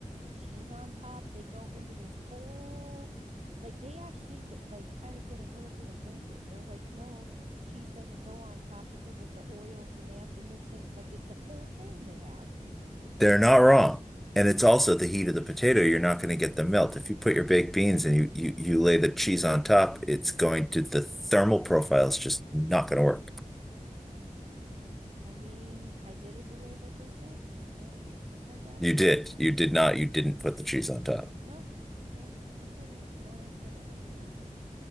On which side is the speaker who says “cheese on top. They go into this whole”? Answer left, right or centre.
Right